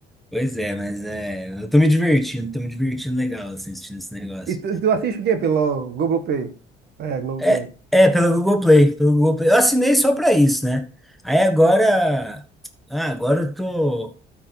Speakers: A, in the centre; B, on the right (about 60°).
A: Pois é, mas é, eu tô me divertindo, tô me divertindo legal assim, assistindo esse negócio.
B: E tu, tu assiste o quê pelo Globoplay? É, Globoplay.
A: É, é pelo Google Play, pelo Google Play. Eu assinei só pra isso, né? Aí agora, ah, agora eu tô